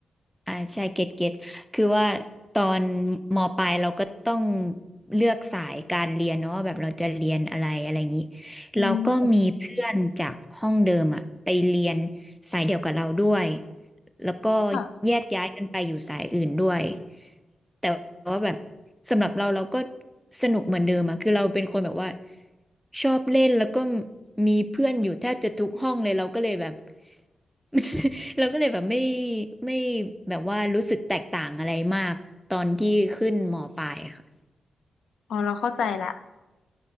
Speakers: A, in the centre; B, on the left (about 85°).
A: อ่าใช่เก็ตเก็ตคือว่าตอนมปลายเราก็ต้องเลือกสายการเรียนเนาะว่าแบบเราจะเรียนอะไรอะไรอย่างนี้
B: อืม
A: เราก็มีเพื่อนจากห้องเดิมอะไปเรียนสายเดียวกับเราด้วย แล้วก็
B: ค่ะ
A: แยกย้ายกันไปอยู่สายอื่นด้วยแต่ว่าแบบสำหรับเราเราก็สนุกเหมือนเดิมอะคือเราเป็นคนแบบว่าชอบเล่นแล้วก็มีเพื่อนอยู่แทบจะทุกห้องเลยเราก็เลยแบบ <laughs> เราก็เลยแบบไม่ไม่แบบว่ารู้สึกแตกต่างอะไรมากตอนที่ขึ้นมปลายอะค่ะ
B: อ๋อเราเข้าใจละ